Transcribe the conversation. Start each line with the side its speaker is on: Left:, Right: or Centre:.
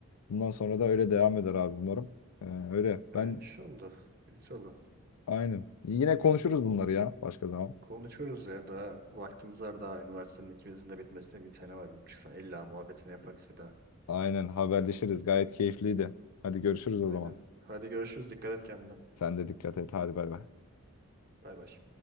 Left: Bundan sonra da öyle devam eder abi umarım. Ee, öyle ben
Right: Ya inşallah. İnşallah.
Left: aynen. Yine konuşuruz bunları ya başka zaman.
Right: Konuşuruz ya daha vaktimiz var daha üniversitenin ikimizin de bitmesine bir sene var bir buçuk sene. İlla muhabbetini yaparız bir daha.
Left: Aynen haberleşiriz. Gayet keyifliydi. Hadi görüşürüz o
Right: Aynen.
Left: zaman.
Right: Hadi görüşürüz. Dikkat et kendine.
Left: Sen de dikkat et. Hadi bay bay.
Right: Bay bay.